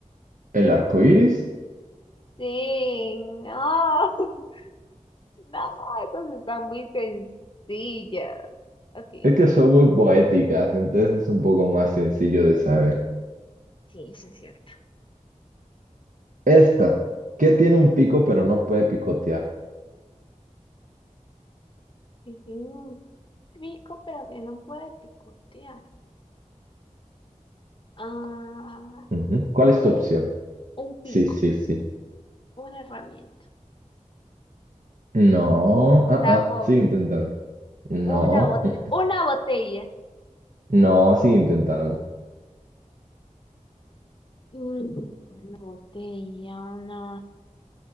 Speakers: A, on the right; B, on the left.
A: ¿El arco iris?
B: Sí, no, <laughs> no, esas están muy sencillas. Ok, sí,
A: Es que son muy poéticas, entonces es un poco más sencillo de saber.
B: Sí, eso es cierto.
A: Esta, que tiene un pico pero no puede picotear.
B: sí, sí, un pico, pero que no puede picotear. Ah,
A: Ujú. ¿Cuál es tu
B: un,
A: opción?
B: un pico,
A: Sí, sí, sí.
B: una herramienta,
A: No, ah,
B: la
A: ah,
B: boca,
A: sigue intentando. No,
B: una bote,
A: mm,
B: una botella.
A: no, sigue intentando.
B: Mm, una botella, una,